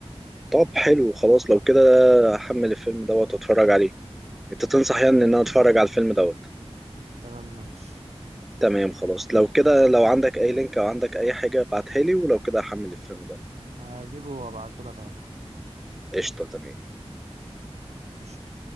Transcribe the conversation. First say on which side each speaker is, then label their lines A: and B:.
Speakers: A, in the centre; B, on the right (about 85°).
A: طب حلو خلاص لو كده احمل الفيلم دوت واتفرج عليه انت تنصح
B: تمام
A: يعني ان انا اتفرج على الفيلم دوت
B: تمام ماشي
A: تمام خلاص لو كده لو عندك اي لينك او عندك اي حاجة ابعتها لي ولو كده احمل الفيلم دوت
B: هجيبه وابعته لك على طول
A: قشطة تمام
B: تمام قشطة